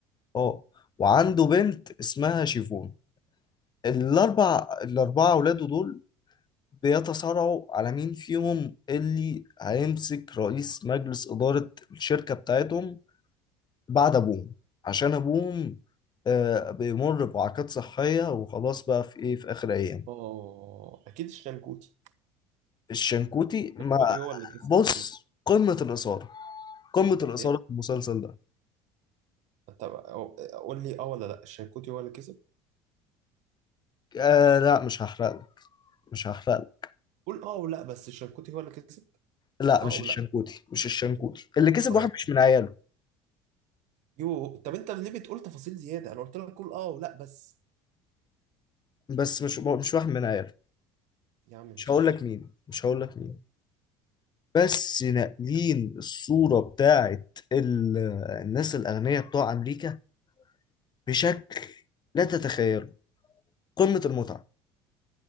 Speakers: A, on the left (about 30°); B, on the right (about 60°).
A: اه وعنده بنت اسمها شيفون الاربع الاربعه اولاده دول بيتصارعوا على مين فيهم اللي هيمسك رئيس مجلس إدارة الشركة بتاعتهم بعد أبوهم عشان أبوهم آه، بيمر بوعكات صحية وخلاص بقى في إيه في آخر أيام
B: اه اكيد الشنكوتي
A: الشنكوتي ما
B: الشنكوتي هو اللي كسب
A: بص
B: اكيد
A: قمة الإثارة قمة الإثارة
B: ايه
A: في المسلسل ده
B: طب أو- قول لي اه ولا لا الشنكوتي هو اللي كسب
A: آه لا مش هحرق لك مش هحرق لك
B: قول اه ولا بس الشنكوتي هو اللي كسب
A: لا
B: اه
A: مش
B: ولا
A: الشنكوتي مش الشنكوتي اللي كسب
B: خلاص
A: واحد مش من عياله
B: يو طب انت ليه بتقول تفاصيل زياده انا قلت لك قول اه ولا بس
A: بس مش مش واحد من عياله
B: يا عم ماشي
A: مش هقول لك مين مش هقول لك مين بس ناقلين الصورة بتاعت ال- الناس الأغنياء بتوع أمريكا بشكل لا تتخيله قمة المتعة